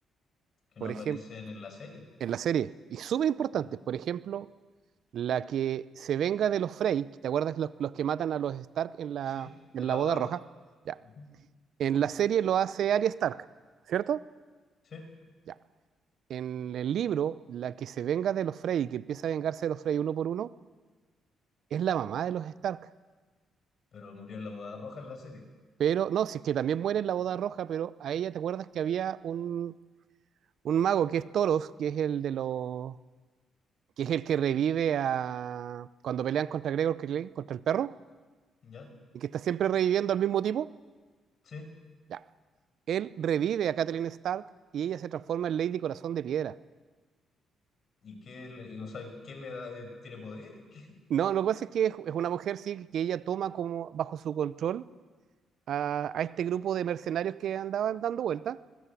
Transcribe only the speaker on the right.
por
ejemplo,
en la serie, y súper importantes,
por ejemplo, la que se venga de los Frey, ¿te acuerdas los, los que matan a los Stark en la,
en la
boda
roja?
Ya.
En la serie lo hace Arya Stark, ¿cierto?
Ya. En el libro, la que se venga de los Frey y que empieza a vengarse de los Frey uno por uno, es la mamá de los Stark.
Pero, no, sí, que también muere en la boda roja, pero a ella, ¿te acuerdas que había un, un mago que es Toros, que es el de los que es el que revive a cuando pelean contra Gregor Clegane, contra el perro,
y que está siempre reviviendo al mismo tipo,
ya. Él revive a Catelyn Stark y ella se transforma en Lady Corazón de Piedra.
No, lo que pasa es que es, es una mujer, sí, que ella toma como bajo su control a, a este grupo de mercenarios que andaban dando vueltas